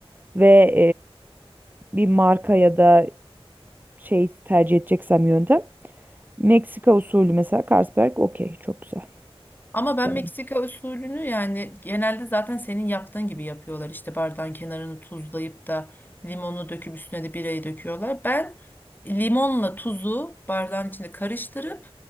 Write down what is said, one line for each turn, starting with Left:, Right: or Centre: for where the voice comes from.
Right: ve e, bir marka ya da şey tercih edeceksem yöntem. Meksika usulü mesela Carlsberg okey çok güzel.
Left: Ama ben
Right: Evet.
Left: Meksika usulünü yani genelde zaten senin yaptığın gibi yapıyorlar. İşte bardağın kenarını tuzlayıp da limonu döküp üstüne de birayı döküyorlar. Ben limonla tuzu bardağın içinde karıştırıp